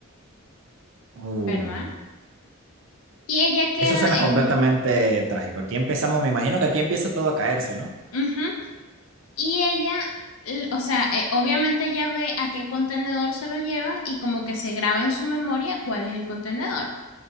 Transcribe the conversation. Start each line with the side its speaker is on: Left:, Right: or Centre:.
Right: Uh,
Left: ¿verdad? Y ella queda
Right: eso suena
Left: en
Right: completamente trágico. Aquí empezamos, me imagino que aquí empieza todo a caerse, ¿no?
Left: Ujú. Y ella, l- o sea, eh, obviamente ella ve a qué contenedor se lo llevan y como que se graba en su memoria cuál es el contenedor.